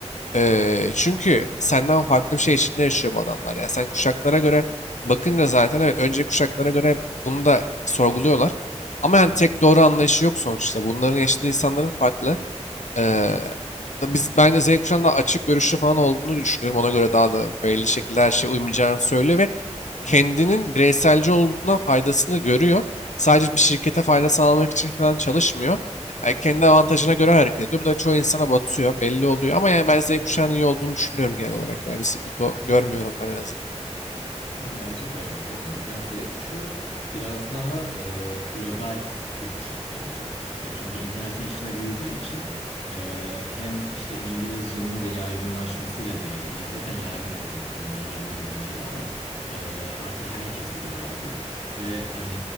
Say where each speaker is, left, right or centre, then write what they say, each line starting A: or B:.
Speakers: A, on the left (about 85°); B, on the left (about 65°).
A: E, çünkü senden farklı bir şey içinde yaşıyor bu adamlar. Ya sen kuşaklara göre bakınca zaten evet önceki kuşaklara göre bunu da sorguluyorlar. Ama yani tek doğru anlayışı yok sonuçta. Bunların yaşadığı insanların farklı. Eee, da biz bence Z kuşağının daha açık görüşlü falan olduğunu düşünüyorum. Ona göre daha da belli şekilde her şeye uymayacağını söylüyor ve kendinin bireyselci olduğundan faydasını görüyor. Sadece bir şirkete fayda sağlamak için falan çalışmıyor. Yani kendi avantajına göre hareket ediyor. Bu da çoğu insana batıyor, belli oluyor. Ama yani ben Z kuşağının iyi olduğunu düşünüyorum genel olarak. Yani bir sıkıntı o-
B: hı
A: görmüyorum
B: hı.
A: ben en azından.
B: Ya bence de öyle. Zaten ya Z kuşağı biraz daha e, global bir kuşak bence. Ya çünkü internetin içine büyüdüğü için e, hem işte İngilizcenin de yaygınlaşmasıyla diyelim. Ya zaten yaygındı tabii ki bundan 20 yıl önce de ama e, artık herkes biliyor abi. Ve hani